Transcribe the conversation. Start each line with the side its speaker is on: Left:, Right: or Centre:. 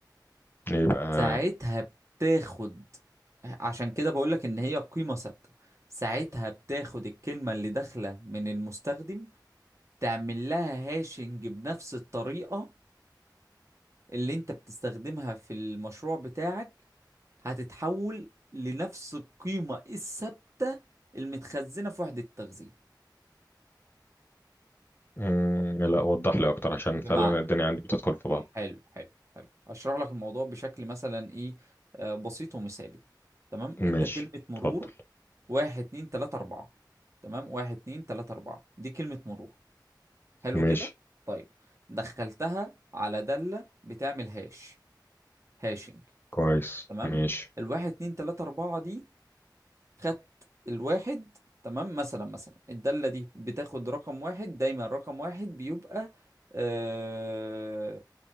Left: يبقى
Right: ساعتها بتاخد عشان كده بقولك إن هي قيمة ثابتة ساعتها بتاخد الكلمة اللي داخلة من المستخدم تعمل لها هاشنج بنفس الطريقة اللي انت بتستخدمها في المشروع بتاعك هتتحول لنفس القيمة الثابتة المتخزنة في وحدة التخزين
Left: مم، لا وضح لي اكتر عشان
Right: بمعنى
Left: فعلا
Right: جميل
Left: الدنيا عندي بتدخل في بعض
Right: حلو حلو حلو هشرح لك الموضوع بشكل مثلا ايه آه، بسيط ومثالي تمام
Left: ماشي
Right: انت كلمة مرور
Left: اتفضل
Right: واحد اتنين تلاتة أربعة تمام واحد اتنين تلاتة أربعة دي كلمة مرور حلو
Left: ماشي
Right: كده طيب دخلتها على دالة بتعمل هاش هاشنج
Left: كويس
Right: تمام
Left: ماشي
Right: الواحد اتنين تلاتة أربعة دي خدت الواحد تمام مثلا مثلا الدالة دي بتاخد رقم واحد دايما رقم واحد بيبقى آه